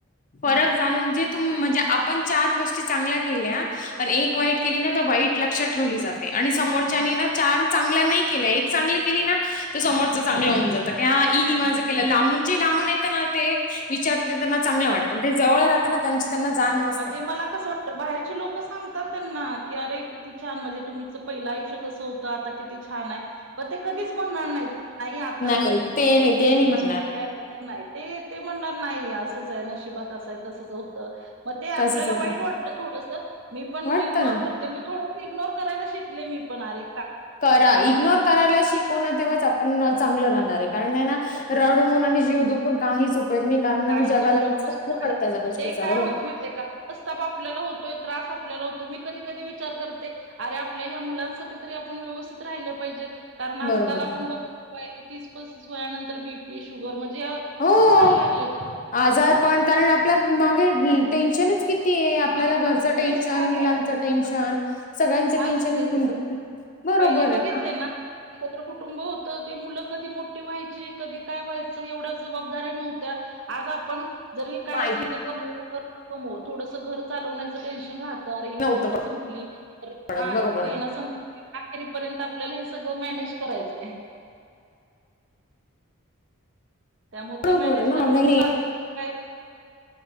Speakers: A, on the left (about 35°); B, on the right (about 55°).
A: फरक
B: हां,
A: जाणून जेत तुम म्हणजे आपण चार गोष्टी चांगल्या केल्या पण एक वाईट केले ना तर वाईट लक्षात ठेवली जाते ते आणि समोरच्यानी
B: हां.
A: ना चार चांगल्या नाही केल्या एक चांगली केली ना तर समोरच चांगलं होऊन जातय. त्या ईनी माझा
B: हो.
A: केला लांबू जे लांबून येतं ना त ते विचारतात ते त्यांना चांगलं वाटत जे जवळ राहतना त्यांचे त्यांना जाण नसते.
B: म्हणजे मला कस वाट तर बाहेरची लोक सांगतात त्यांना की अरे किती छान म्हणजे तुम्हीच पहिलं आयुष्य कसं होत त आता किती छान आहे पण ते कधीच म्हणार नाहीत की नाही आत्ताच
A: नाही ते
B: त्यांची
A: नाही ते नाही म्हणणार
B: मी, <unintelligible> नाही ते ते म्हणणार नाही असंच आहे नशिबात असंयच आहे तसच होतं. मग ते आपल्याला
A: तसच होतं.
B: वाईट वाटतं थोडसं मी पण
A: वाटतं
B: इग्नोर
A: ना
B: करते थोड इग्नोर करायला शिकले मी पण आरे
A: करा इग्नोर करायला शिक होना तेव्हाच आपण चांगलं राहणार आहे कारण आहे ना रडून आणि जीव दुखून काहीच उपयोग नाही. कारण
B: काहीच
A: आहे ना, जगाला
B: उपयोग
A: समज
B: नसतो
A: पडत
B: आणि
A: त्या गोष्टीचा
B: ते काय
A: बरोबर
B: होत माहिते का मनस्ताप आपल्याला होतोय त्रास आपल्याला होतोय मी कधी कधी विचार करते आरे आपल्या ह्या मुलांसाठी तरी आपण व्यवस्थित राहिलं पाहिजे. कारण आजकाल
A: बरोबर
B: आपण
A: आहे
B: बघतो वयाच्या तीस पस्तीस वयानंतर तर बीपी, शुगर म्हणजे
A: हो
B: सुरु व्हायला लागलेत
A: आजार पण कारण आपल्या मागे टे टेन्शनच की ते आपल्याला
B: हां,
A: घरचं
B: स्ट्रेस
A: टेन्शन,
B: फार
A: मुलांचं
B: आहे.
A: टेन्शन
B: हां,
A: सगळ्यांचं
B: हा
A: टेन्शन
B: स्ट्रेस
A: घेऊन
B: आहे.
A: बरोबर
B: पहिले
A: आहे
B: बघितले ना एकत्र कुटुंब होतं ते मुलं कधी मोठी व्हायची कधी काय व्हायचं एवढ्या जबाबदाऱ्या नव्हत्या आज आपण जरी काय
A: माहिती
B: समजा कमवू अगर न कमवू थोडस घर चालवण्याचं टेन्शन राह अरे ही
A: नव्हतं
B: गोष्ट संपली, तर
A: पडत
B: हा
A: बरोबर
B: एक महिना
A: आहे
B: संप अखेरीपर्यंत आपल्याला हे सगळं मॅनेज करायचं आहे. त्यामुळे
A: बरोबर
B: ते मॅनेज
A: आहे ना
B: करण्याच्या
A: नाही
B: नादात काय